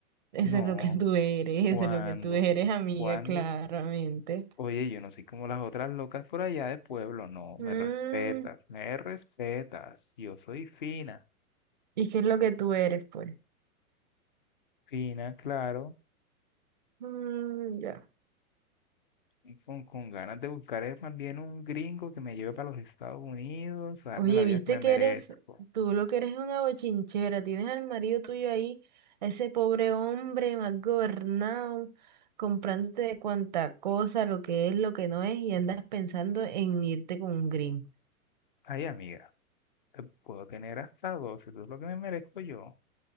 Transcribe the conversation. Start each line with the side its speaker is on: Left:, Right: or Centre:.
Right: eso
Left: No,
Right: es lo que tú eres,
Left: ¿cuándo?
Right: eso es lo que tú eres, amiga,
Left: ¿Cuándo?
Right: claramente.
Left: Oye, yo no soy como las otras locas por allá de pueblo. No, me
Right: Mm,
Left: respetas, me respetas. Yo soy fina,
Right: ¿y qué es lo que tú eres, pues?
Left: fina, claro.
Right: Mm, ya.
Left: y Con, con ganas de buscar eh, más bien un gringo que me lleve para los Estados Unidos, a darme
Right: Oye,
Left: la vida
Right: viste
Left: que me
Right: que
Left: merezco.
Right: eres, tú lo que eres es una bochinchera, tienes al marido tuyo ahí, a ese pobre hombre mal gobernado, comprándote de cuanta cosa, lo que es, lo que no es, y andas pensando en irte con un green.
Left: Ay, amiga, te puedo tener hasta dos, eso es lo que me merezco yo.